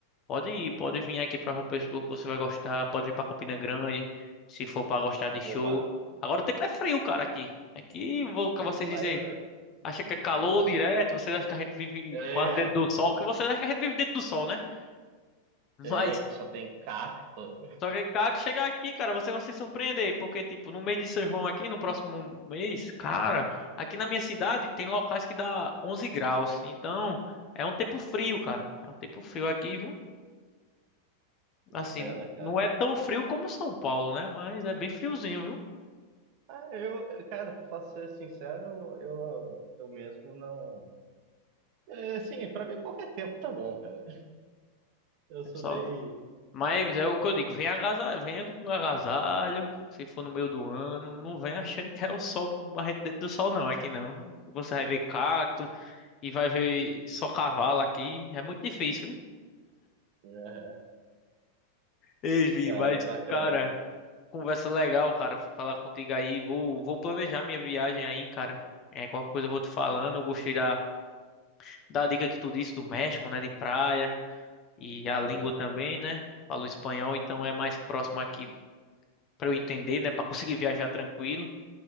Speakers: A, on the left; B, on the right.
A: pode ir, pode vir aqui pra uma pessoa que você vai gostar, pode vir pra Campina Grande, se for pra gostar de show.
B: opa,
A: Agora o tempo é frio, cara, aqui. Aqui, vou com
B: não,
A: vocês dizer.
B: mas eu,
A: acha que é calor
B: eu gosto.
A: direto, vocês acham que a gente vive
B: É,
A: quase dentro do sol, que vocês acham que a gente vive dentro do sol, né? <laughs> Mas
B: é, que só tem cacto. <laughs>
A: só que, cara, chegar aqui, cara, vocês vão se surpreender, porque, tipo, no mês de São João aqui, no próximo mês, cara, aqui na minha cidade tem locais que dá 11 graus, então é um tempo frio, cara, é um tempo frio aqui, viu?
B: Que
A: Assim,
B: bacana, cara.
A: não é tão frio como São Paulo, né? Mas é bem friozinho, viu?
B: Ah, eu, cara, pra ser sincero, eu, eu mesmo não. É, assim, pra mim qualquer tempo tá bom, cara. Eu sou
A: É só
B: bem.
A: Mas é o que eu digo, vem agasalho, venha com agasalho, se for no meio do ano, não vem achando que é o sol barrete dentro do sol não, aqui não. Você vai ver cacto e vai ver só cavalo aqui, é muito difícil, viu?
B: Aham,
A: Ei, Vi,
B: tá,
A: mas
B: que bacana.
A: cara, conversa legal, cara, falar contigo aí, vou, vou planejar minha viagem aí, cara. É, qualquer coisa eu vou te falando, eu gostei da, da dica que tu disse do México, né, de praia, e a
B: Aham.
A: língua também, né? Falo espanhol, então é mais próximo aqui pra eu entender, né, Pra conseguir <laughs> viajar tranquilo.